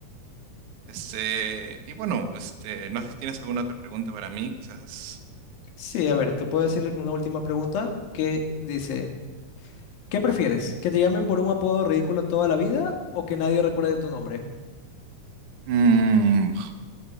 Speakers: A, on the right (about 65°); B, on the left (about 85°).
A: Este, y bueno, este, no sé si tienes alguna otra pregunta para mí, quizás.
B: Sí, a ver, te puedo decir una última pregunta que dice... ¿Qué prefieres? ¿Que te llamen por un apodo ridículo toda la vida o que nadie recuerde tu nombre?
A: Mmm,